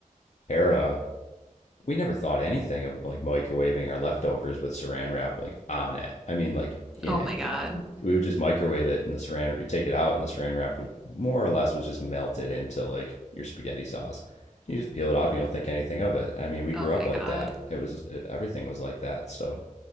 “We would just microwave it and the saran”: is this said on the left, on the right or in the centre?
Left